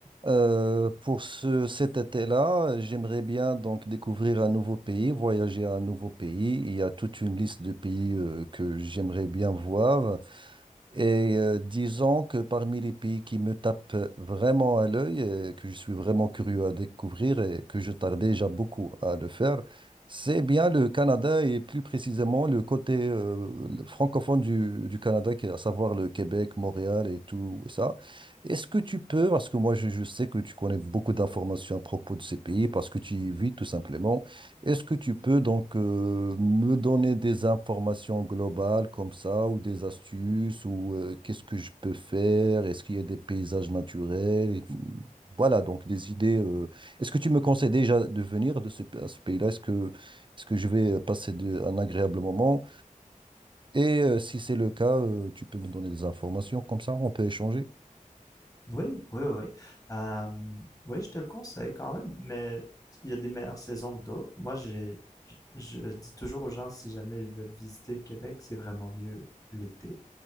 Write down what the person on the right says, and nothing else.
Euh, pour ce, cet été-là, j'aimerais bien donc découvrir un nouveau pays, voyager à un nouveau pays. Il y a toute une liste de pays euh, que j'aimerais bien voir. Et euh, disons que parmi les pays qui me tapent vraiment à l'œil, euh, que je suis vraiment curieux à découvrir et que je tarde déjà beaucoup à le faire, c'est bien le Canada et plus précisément le côté euh, le francophone du, du Canada, qui est à savoir le Québec, Montréal et tout ça. Est-ce que tu peux, parce que moi je, je sais que tu connais beaucoup d'informations à propos de ces pays, parce que tu y vis tout simplement, est-ce que tu peux donc euh, me donner des informations globales comme ça, ou des astuces, ou euh, qu'est-ce que je peux faire? Est-ce qu'il y a des paysages naturels? et Voilà, donc des idées. euh. Est-ce que tu me conseilles déjà de venir de ce, à ce pays-là? Est-ce que, est-ce que je vais euh, passer de- un agréable moment? Et euh, si c'est le cas, euh, tu peux me donner des informations comme ça, on peut échanger.